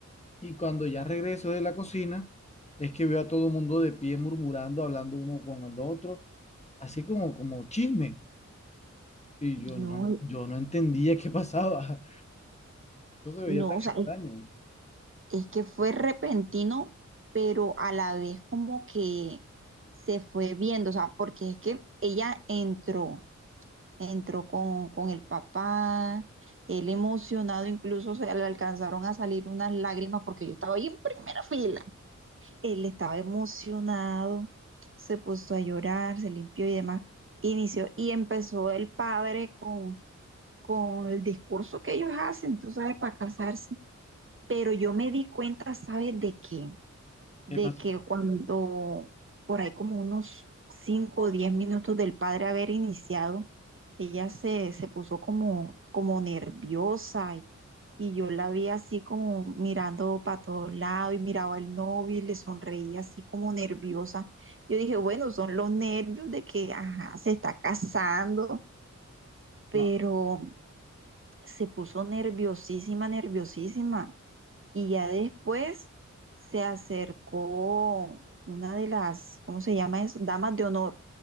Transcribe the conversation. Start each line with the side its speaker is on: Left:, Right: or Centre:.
Left: Y cuando ya regreso de la cocina, es que veo a todo el mundo de pie murmurando, hablando uno con el otro, así como, como chisme. Y yo
Right: No,
Left: no, yo no entendía qué <laughs> pasaba. Eso se veía
Right: no,
Left: tan
Right: o sea,
Left: extraño.
Right: Es que fue repentino, pero a la vez como que se fue viendo, o sea, porque es que ella entró, entró con, con el papá, él emocionado, incluso se le alcanzaron a salir unas lágrimas porque yo estaba ahí en primera fila. Él estaba emocionado, se puso a llorar, se limpió y demás. Inició y empezó el padre con, con el discurso que ellos hacen, tú sabes, para casarse. Pero yo me di cuenta, ¿sabes de qué? de
Left: ¿Qué pasó?
Right: que cuando por ahí como unos 5 o 10 minutos del padre haber iniciado, ella se, se puso como, como nerviosa y, y yo la vi así como mirando para todos lados y miraba al novio y le sonreía así como nerviosa. Yo dije, bueno, son los nervios de que, ajá, se está casando, pero
Left: No,
Right: se puso nerviosísima, nerviosísima. Y ya después se acercó una de las, ¿cómo se llama eso? Damas de honor,